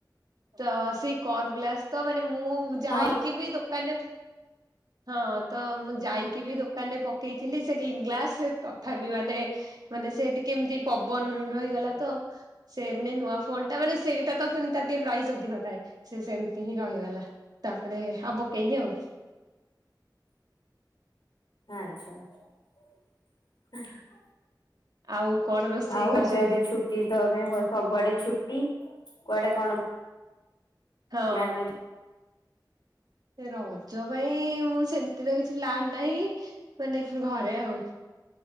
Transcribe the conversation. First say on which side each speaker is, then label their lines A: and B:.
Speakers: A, on the right; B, on the left.
A: ତ ସେଇ କର୍ଭ ଗ୍ଲାସ ତ ମା ମୁଁ ଯାଇକି
B: ହଁ
A: ବି ଦୋକାନରେ ହଁ ତ ମୁଁ ଯାଇକି ବି ଦୋକାନରେ ପକେଇଥିଲି ସେ ଗ୍ଲାସ ତଥାପି ମାନେ ମାନେ ସେ ଟିକେ ଏମିତି ପବନ ରହିଗଲା ତ ସେମ୍ ନୂଆ ଫୋନ ଟା ମାନେ ସେଟା ତ ଫୁଣି ତା ଗୋଟେ ପ୍ରାଇସ୍ ଅଧିକ ଥାଏ ସେ ସେମତି ହିଁ ରହିଗଲା ତାପରେ ଆଉ ପକେଇନି ଆଉ।
B: ଆଚ୍ଛା, <inaudible>
A: ଆଉ, କଣ ରୋଷେଇ
B: ଆଉ
A: କରିଛନ୍ତି?
B: ରଜ ଏବେ ଛୁଟି ତ ଏବେ ସବୁଆଡେ ଛୁଟ ଟି କୁଆଡେ କଣ
A: ହଁ,
B: ପ୍ଲାନ
A: ଏ ରଜ ପାଇଁ ମୁଁ ସେମିତି ତ କିଛି ପ୍ଲାନ ନାହିଁ, ମାନେ ଘରେ ଆଉ।